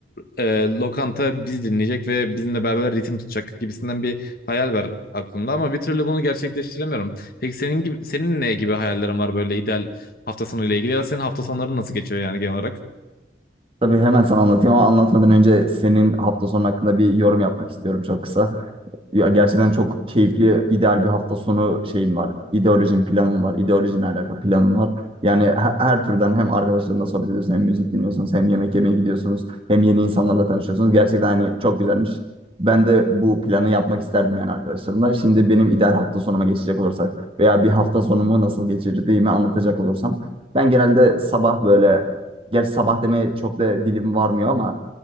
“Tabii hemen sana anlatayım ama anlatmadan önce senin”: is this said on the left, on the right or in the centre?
Right